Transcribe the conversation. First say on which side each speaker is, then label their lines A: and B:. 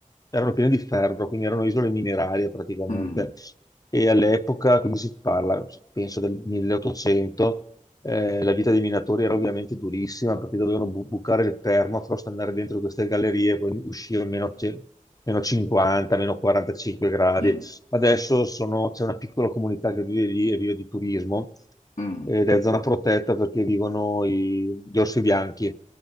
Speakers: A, on the left; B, on the left.
A: erano piene di ferro, quindi erano isole minerarie praticamente.
B: Mm.
A: E all'epoca, quindi si parla, penso del 1800, eh, la vita dei minatori era ovviamente durissima perché dovevano bu- bucare il permafrost, andare dentro queste gallerie e poi uscire a meno, ce- meno 50, meno 45 gradi.
B: Mm.
A: Adesso sono- c'è una piccola comunità che vive lì e vive di turismo
B: Mm.
A: ed è zona protetta perché vivono i- gli orsi bianchi